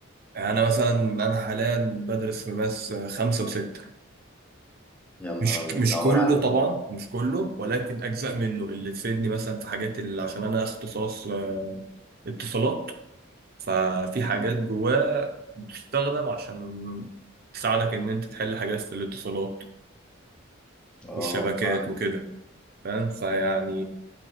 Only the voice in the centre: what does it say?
يا نهار
أبيض
ده عبارة
عن إيه
ده؟
اه
آه،
فاهمك